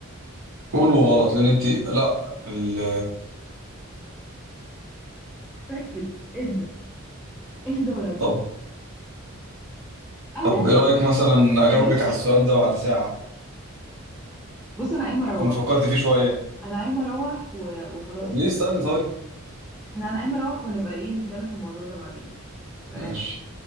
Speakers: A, on the right; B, in the centre.
A: كله غلط لان انت لا ال...
B: ركز اهدى اهدى وركز
A: طب
B: انا
A: طب ايه رايك مثلا اجاوبك
B: مش
A: على السؤال ده بعد ساعه
B: بص انا قايمه
A: اكون
B: اروح
A: فكرت فيه شويه
B: انا قايمه اروح و... وخلاص
A: طب ليه
B: يعني
A: استني طيب
B: لا انا قايمه اروح ونبقى ايه نتكلم في الموضوع ده بعدين سلام
A: ماشي